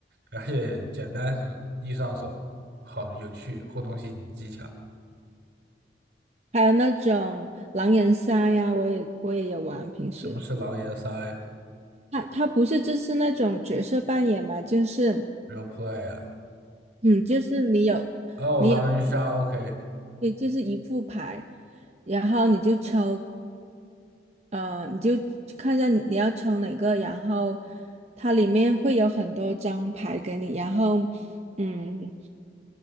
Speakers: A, on the right; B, on the right.
A: 而且简单是易上手，好有趣，互动性极强。
B: 还有那种狼人杀呀，我也我也有玩。平时
A: 什么是狼人杀呀
B: 它它不是就是那种角色扮演嘛，就是
A: ？Role play 啊？
B: 嗯，就是你有你有
A: 哦，狼人杀，OK，
B: 对，就是一副牌，然后你就抽，呃，你就看一下你你要抽哪个，然后它里面会有很多张牌给你，然后嗯，